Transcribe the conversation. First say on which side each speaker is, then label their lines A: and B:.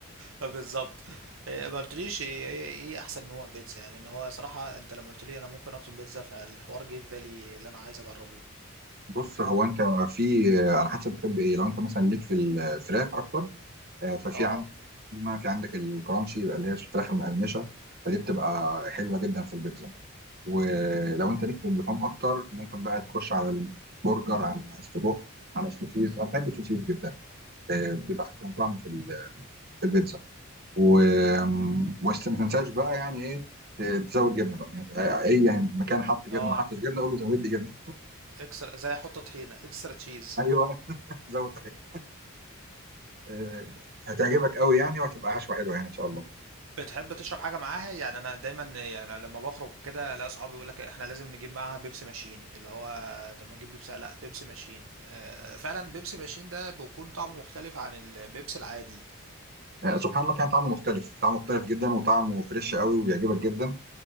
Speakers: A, on the right; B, on the right.
A: بالظبط إيه، ما قلتليش ايه ايه إيه احسن نوع بيتزا يعني ان هو صراحة انت لما قلت لي انا ممكن اطلب بيتزا فالحوار جه في بالي اللي انا عايز اجربه
B: بص هو انت في على حسب بتحب ايه لو انت مثلا ليك في الفراخ اكتر آه، ففي
A: اه
B: عندك في عندك الكرانشي يبقى اللي هي الفراخ المقرمشه فدي بتبقى حلوه جدا في البيتزا ولو انت ليك في اللحوم اكتر ممكن بقى تخش على البرجر على السجق على السوسيس انا بحب السوسيس جدا آه،
A: مم.
B: بيبقى احسن طعم في ال- في البيتزا و بس ما تنساش بقى يعني ايه ت- تزود جبنه بقى يعني ت- اي يعني مكان حط جبنه
A: اه
B: ولا حطش جبنه قول له زود لي جبنه
A: اكسترا زي حط طحينة اكسترا تشيز
B: ايوه <laughs> زود طحينه آه، هتعجبك قوي يعني وهتبقى حشوه حلوه يعني ان شاء الله
A: بتحب تشرب حاجة معاها يعني انا دايما يعني لما بخرج وكده الاقي صحابي يقول لك احنا لازم نجيب معاها بيبسي ماشين اللي هو طب ما نجيب بيبسي لا بيبسي ماشين آه، فعلا بيبسي ماشين ده بيكون طعمه مختلف عن البيبسي العادي
B: آه، سبحان الله فيها طعم مختلف طعم مختلف جدا وطعمه فريش قوي وبيعجبك جدا